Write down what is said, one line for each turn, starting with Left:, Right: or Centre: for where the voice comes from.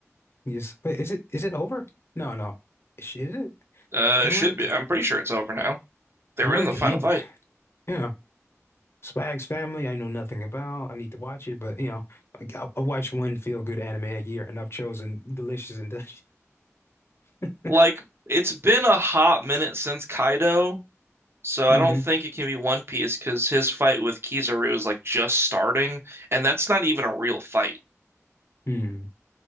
Left: Yes. Wait, is it is it over? No, no. Is it?
Right: Uh,
Left: They
Right: it should
Left: were
Right: be. I'm pretty sure it's over now. They
Left: they
Right: were
Left: were
Right: in
Left: at
Right: the
Left: the
Right: final
Left: end.
Right: fight.
Left: Yeah. Spags Family, I know nothing about. I need to watch it, but you know, like, I, I watch one feel-good anime a year, and I've chosen Delicious and Delicious. <laughs>
Right: Like, it's been a hot minute since Kaido. So I
Left: hmm
Right: don't think it can be One Piece because his fight with Kizaru is like just starting, and that's not even a real fight.
Left: Hmm.